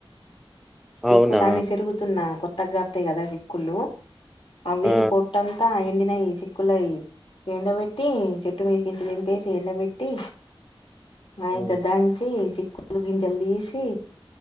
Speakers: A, on the left (about 70°); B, in the centre.
A: చిక్కుల
B: అవునా!
A: అన్నీ చెరుగుతున్నా కొత్త కత్తయి కదా వికులు అవి
B: ఆ!
A: పొట్టంతా అయింది ఎన్నై చిక్కులై ఎండబెట్టి చెట్టు మీదకించ తనిపేసి ఎండ పెెట్టి ఆయత
B: హ్మ్.
A: దంచి గింజలు తీసి